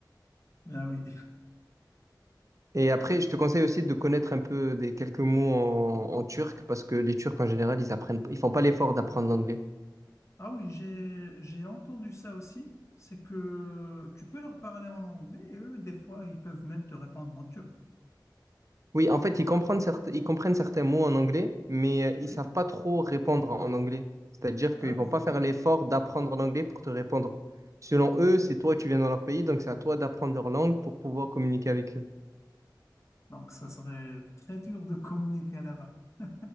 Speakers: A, on the left; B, on the right.
A: Ben oui.
B: Et après, je te conseille aussi de connaître un peu des quelques mots en, en turc parce que les Turcs, en général, ils apprennent, ils font pas l'effort d'apprendre l'anglais.
A: Ah oui, j'ai, j'ai entendu ça aussi. C'est que tu peux leur parler en anglais et eux, des fois, ils peuvent même te répondre en turc.
B: Oui, en fait, ils comprennent certains, ils comprennent certains mots en anglais, mais euh, ils
A: Oui.
B: savent pas trop répondre en en anglais. C'est-à-dire
A: Ah
B: qu'ils vont
A: oui.
B: pas faire l'effort d'apprendre l'anglais pour te répondre. Selon eux, c'est toi, tu viens dans leur pays, donc c'est à toi d'apprendre leur langue pour pouvoir communiquer avec eux.
A: Donc, ça serait très dur de communiquer là-bas. <laughs>